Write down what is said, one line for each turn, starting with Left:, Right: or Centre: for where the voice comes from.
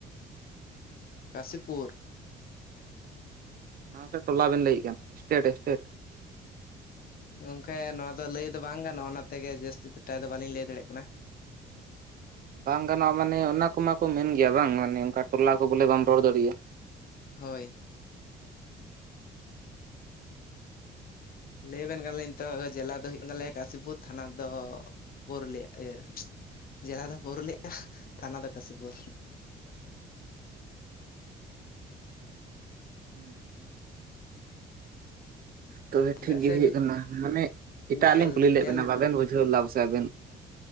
Left: ᱠᱟᱹᱥᱤᱯᱩᱨ᱾
Right: ᱢᱟᱥᱮ ᱴᱚᱞᱟ ᱵᱮᱱ ᱞᱟᱹᱭᱮᱫ ᱠᱟᱱ ᱮᱥᱴᱮᱴ ᱥᱥᱴᱮᱴ?
Left: ᱜᱚᱝᱠᱮ ᱱᱚᱣᱟ ᱫᱚ ᱞᱟᱹᱭ ᱫᱚ ᱵᱟᱝ ᱜᱟᱱᱚᱜᱟ ᱚᱱᱟ ᱛᱮᱜᱮ ᱡᱟᱹᱥᱛᱤ ᱫᱚ ᱴᱟ ᱫᱚ ᱵᱟᱞᱤᱧ ᱞᱟᱹᱭ ᱫᱟᱲᱮᱭᱟᱜ ᱠᱟᱱᱟ᱾
Right: ᱵᱟᱝ ᱜᱟᱱᱚᱜᱼᱟ᱾ ᱢᱟᱱᱮ ᱚᱱᱟ ᱠᱚᱢᱟ ᱠᱚ ᱢᱮᱱ ᱜᱮᱭᱟ ᱠᱚ ᱵᱟᱝ ᱢᱟᱱᱮ ᱚᱱᱠᱟ ᱴᱚᱞᱟ ᱠᱚ ᱵᱚᱞᱮ ᱵᱟᱢ ᱨᱚᱲ ᱫᱟᱲᱮᱭᱟᱜᱼᱟ᱾
Left: ᱦᱳᱭ᱾ ᱞᱟᱹᱭ ᱟᱵᱮᱱ ᱠᱟᱱᱟᱞᱤᱧ ᱛᱚ ᱡᱮᱞᱟ ᱫᱚ ᱦᱩᱭᱩᱜ ᱛᱟᱞᱮᱭᱟ ᱠᱟᱥᱤᱯᱩᱨ ᱛᱷᱟᱱᱟ ᱫᱚ ᱯᱩᱨᱩᱞᱤᱭᱟᱹ ᱤᱭᱟᱹ ᱡᱮᱞᱟ ᱫᱚ ᱯᱩᱨᱩᱞᱤᱭᱟᱹ ᱛᱷᱟᱱᱟ ᱫᱚ ᱠᱟᱥᱤᱯᱩᱨ᱾
Right: <inaudible> ᱛᱚᱵᱮ
Left: ᱪᱮᱫᱟᱜ
Right: ᱴᱷᱤᱠ ᱜᱮ
Left: ᱥᱮ
Right: ᱦᱩᱭᱩᱜ ᱠᱟᱱᱟ᱾ ᱢᱟᱱᱮ ᱮᱴᱟᱜ
Left: ᱧᱮᱞ
Right: ᱞᱤᱧ ᱠᱩᱞᱤ ᱞᱮᱫ
Left: ᱧᱮᱞ
Right: ᱵᱮᱱᱟ ᱵᱟᱵᱮᱱ ᱵᱩᱡᱷᱟᱹᱣ ᱞᱮᱫ ᱥᱮ ᱟᱵᱮᱱ?